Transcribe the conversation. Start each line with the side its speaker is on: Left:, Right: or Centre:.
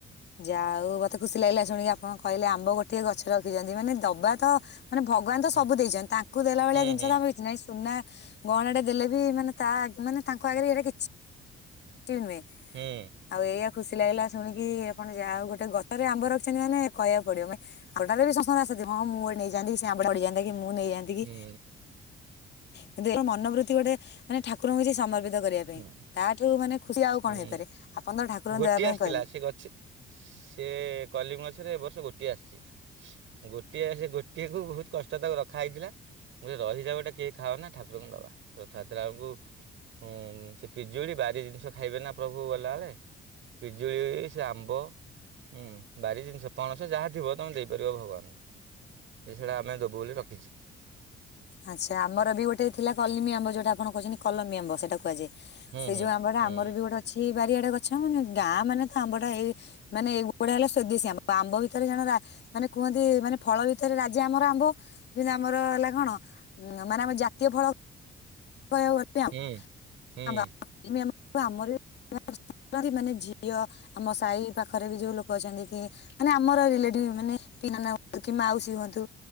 Left: ଯାଉ ମତେ ଖୁସି ଲାଗିଲା ଶୁଣିକି ଆପଣ କହିଲେ ଆମ୍ବ ଗୋଟେ ଗଛ ରଖିଛନ୍ତି ମାନେ ଦବା ଟା ମାନେ ଭଗବାନ ତ
Right: ହୁଁ
Left: ସବୁ ଦେଇଛନ୍ତି ତାଙ୍କୁ ଦେଲା ଭଳିଆ
Right: ହୁଁ
Left: ଜିନିଷ
Right: ହୁଁ
Left: ଆମର କିଛି ନାହିଁ ସୁନା ଗହଣାଟେ ଦେଲେ ବି ମାନେ ତା ମାନେ ତାଙ୍କ ଆଗରେ ଏଇଟା କିଛି ନୁହେଁ
Right: ହୁଁ
Left: ଆଉ ଏଇଆ ଖୁସି ଲାଗିଲା ଶୁଣିକି ଆପଣ ଯାହା ହଉ ଗୋଟେ ଗଛରେ ଆମ୍ୱ ରଖିଛନ୍ତି ମାନେ କହିବାକୁ ପଡିବ ମାନେ ଆଉଟାରେ ବି <unintelligible> ଆସିବ ହଁ ମୁଁ ନେଇ ଯାନ୍ତି ପଡ଼ି ଯାଆନ୍ତା କି ମୁଁ ନେଇ ଯାଆନ୍ତି।
Right: ହୁଁ
Left: କିନ୍ତୁ ମନୋବୃତ୍ତି ଗୋଟେ ମାନେ ଠାକୁରଙ୍କୁ ଯ ସମର୍ପିତ କରିବା ପାଇଁ
Right: ହୁଁ
Left: ତାଠୁ ମାନେ ଖୁସି ଆଉ
Right: ହୁଁ
Left: କଣ ହେଇପାରେ ଆପଣ ତ ଠାକୁରଙ୍କୁ
Right: ଗୋଟିଏ
Left: ଦେବା
Right: ଆସିଥିଲା
Left: ପାଇଁ କହିଲେ।
Right: ସେ ଗଛ ସେ କଲିମ ଗଛରେ ଏ ବର୍ଷ ଗୋଟିଏ ଆସିଛି ଗୋଟିଏ ଗୋଟିଏକୁ ବହୁତ କଷ୍ଟ ତାକୁ ରଖା ହେଇଥିଲା ମୁଁ କହିଲି ରହି ଯା ଟା କିଏ ଖାଅ ନା ଠାକୁରଙ୍କୁ ଦବା ରଥଯାତ୍ରାଆଳକୁ ହୁଁ ସେ ପିଜୁଳି ବାରି ଜିନିଷ ଖାଇବେ ନା ପ୍ରଭୁ ଗଲାବେଳେ। ବିଜୁଳି ସେ ଆମ୍ବ ହୁଁ ବାରି ଜିନିଷ ପଣସ ଯାହା ଥିବ ତମେ ଦେଇପାରିବ ଭଗବାନଙ୍କୁ। ଏଛଡା ଆମେ ଦେବୁ ବୋଲି ରଖିଛୁ।
Left: ଆଚ୍ଛା ଆମର ବି ଗୋଟେ ଥିଲା କଲିମ ଆମ୍ବ ଯୋଉଟା ଆପଣ କହୁଛନ୍ତି କଲମି ଆମ୍ବ ସେଟା କୁହାଯାଏ।
Right: ହୁଁ
Left: ସେ
Right: ହୁଁ
Left: ଯୋଉ ଆମ୍ୱଟା
Right: ହୁଁ
Left: ଆମର ବି ଗୋଟେ ଅଛି। ବାରିଆଡେ ଗଛ ମାନେ ଗାଁ ମାନେ ତ ଆମ୍ବ ଟା ଏଇ ମାନେ ଏଗୁଡା ହେଲା ସ୍ଵଦେଶୀ ଆମ୍ବ ଆମ୍ବ ଭିତରେ ଜଣେ ମାନେ କୁହନ୍ତି ମାନେ ଫଳ ଭିତରେ ରାଜି ଆମର ଆମ୍ବ ଯେମିତି ଆମର ହେଲା
Right: ହୁଁ
Left: କଣ ହଁ ମାନେ ଆମର ଜାତୀୟ ଫଳ। କହ ଆ <unintelligible>
Right: ହୁଁ ହୁଁ
Left: ଆମରି <unintelligible> ମାନେ ଝିଅ ଆମ ସାହି ପାଖରେ ବି ଯୋଉ ଲୋକ ଅଛନ୍ତି କି ମାନେ ଆମର ରିଲେଟିଭ ମାନେ ପିଲା ହୁ କି ମାଉସୀ ହୁଅନ୍ତୁ।